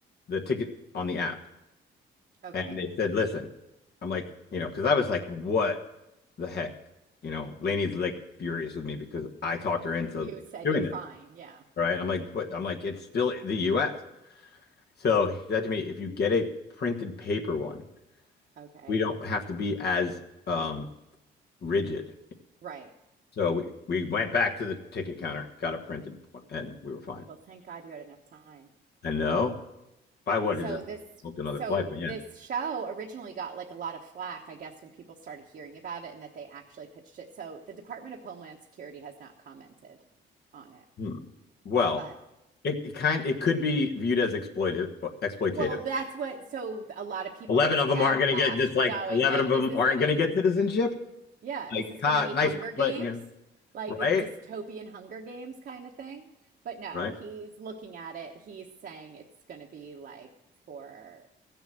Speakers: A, on the left; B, on the right.
A: the ticket on the app.
B: Okay.
A: and they said, "Listen," I'm like, you know, because I was like, "What the heck?" You know, Lainey's like furious with me because I talked her into
B: You said
A: doing
B: you're
A: this,
B: fine. Yeah.
A: right? I'm like, "What?" I'm like, "It's still the U.S." So he said to me, "If you get a printed paper one,
B: Okay.
A: we don't have to be as um, rigid."
B: Right.
A: So we we went back to the ticket counter, got a printed one, and we were fine.
B: Well, thank God you had enough time.
A: And no, I would
B: So
A: have just
B: this
A: booked another
B: so
A: flight, but
B: this
A: yeah.
B: show originally got like a lot of flack, I guess, when people started hearing about it and that they actually pitched it. So the Department of Homeland Security has not commented on it.
A: Hmm. Well,
B: But
A: it, it kind it could be viewed as exploitive exploitative.
B: well, that's what so a lot of people
A: Eleven
B: there was
A: of
B: a backlash
A: them aren't going to get. It's like
B: going
A: eleven
B: like,
A: of them
B: is this
A: aren't
B: going
A: going
B: to be
A: to get citizenship.
B: yeah,
A: Like,
B: is this
A: ha,
B: going to be
A: nice,
B: Hunger Games?
A: but you know,
B: Like
A: right,
B: the dystopian Hunger Games kind of thing? But no,
A: right.
B: he's looking at it. He's saying it's going to be like for,